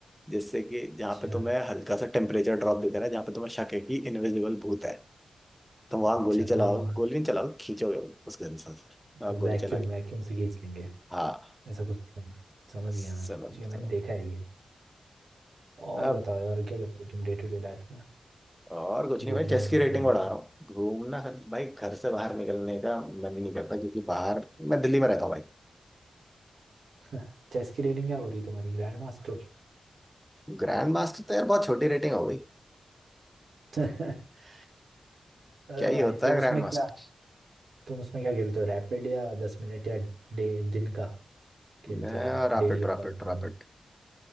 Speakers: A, in the centre; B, on the right (about 75°).
A: जिससे कि जहाँ
B: अच्छा
A: पे तुम्हें हल्का सा टेम्परेचर ड्रॉप दे देना है, जहाँ पे तुम्हें शक है कि इनविजिबल भूत है तुम वहां
B: अच्छा
A: गोली
B: तो
A: चलाओ
B: हम वहाँ
A: गोली नहीं चलाओ खींचोगे उस गन से आप
B: वैक्यूम
A: गोली चला
B: वैक्यूम
A: के
B: से खींच लेंगे
A: हाँ
B: ऐसा कुछ करना। समझ गया
A: समझ
B: मैं समझ गया मैंने
A: चलो
B: देखा है ये और
A: अब
B: बताओ यार क्या करते हो तुम डे टू डे लाइफ में
A: और कुछ नहीं
B: घूमने
A: भाई चेस
B: घूमने
A: की रेटिंग
B: कहीं
A: बढ़ा रहा हूँ घूमना भाई घर से बाहर निकलने का मन ही नहीं करता क्योंकि बाहर मैं दिल्ली में रहता हूँ भाई
B: <laughs> चेस की रेटिंग क्या हो रही है तुम्हारी ग्रैंड मास्टर
A: ग्रैंड मास्टर तो यार बहुत छोटी रेटिंग हो गई
B: <laughs> भाई
A: क्या ही होता
B: तो
A: है
B: उसमें
A: ग्रैंड मास्टर
B: क्या तुम उसमें क्या खेलते हो रैपिड या दस मिनट या डे, दिन का खेलते
A: मैं
B: हो वो
A: रैपिड
B: डेली वाला
A: रैपिड
B: मतलब
A: रैपिड